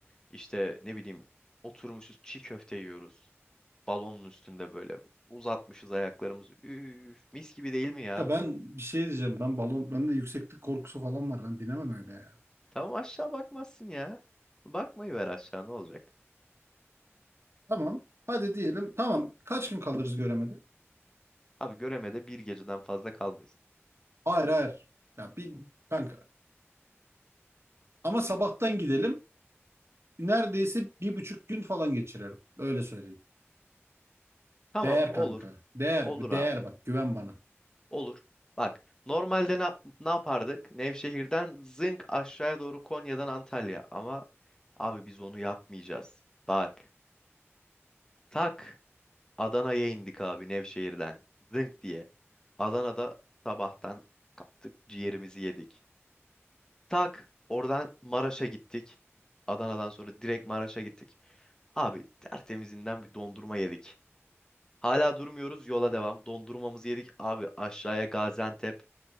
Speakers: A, on the left; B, on the right.
A: İşte ne bileyim oturmuşuz çiğ köfte yiyoruz. Balonun üstünde böyle uzatmışız ayaklarımızı. Üf, mis gibi değil mi ya?
B: Kanka ben bir şey diyeceğim. Ben balon bende yükseklik korkusu falan var. Ben binemem öyle ya.
A: Tamam aşağı bakmazsın ya. Bakmayı ver aşağı ne olacak?
B: Tamam. Hadi diyelim. Tamam. Kaç gün kalırız göremede?
A: Abi göremede bir geceden fazla kalmayız.
B: Hayır hayır. Ya bir kanka. Ama sabahtan gidelim. neredeyse bir buçuk gün falan geçirelim. Öyle söyleyeyim.
A: Tamam
B: Değer
A: olur.
B: kanka. Değer.
A: Olur abi.
B: Değer bak güven bana.
A: Olur. Bak normalde ne, yap- ne yapardık? Nevşehir'den zınk aşağıya doğru Konya'dan Antalya. Ama abi biz onu yapmayacağız. Bak tak Adana'ya indik abi Nevşehir'den. Zınk diye. Adana'da sabahtan kalktık ciğerimizi yedik. Tak oradan Maraş'a gittik. Adana'dan sonra direkt Maraş'a gittik. Abi tertemizinden bir dondurma yedik. Hala durmuyoruz yola devam. Dondurmamızı yedik. Abi aşağıya Gaziantep